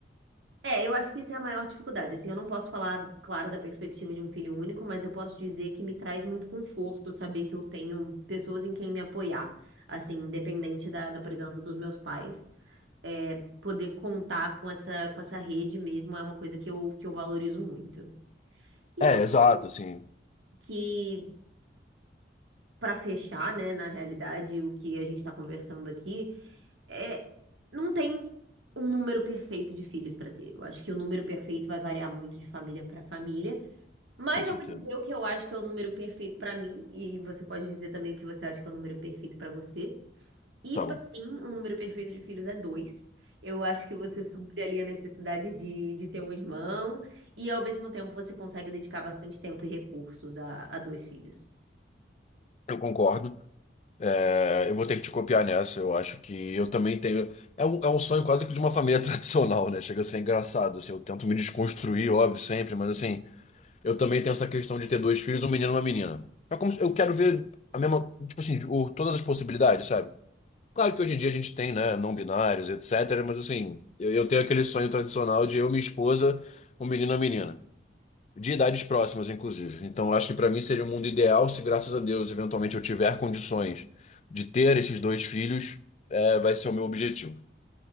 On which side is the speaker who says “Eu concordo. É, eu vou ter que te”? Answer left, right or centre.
Left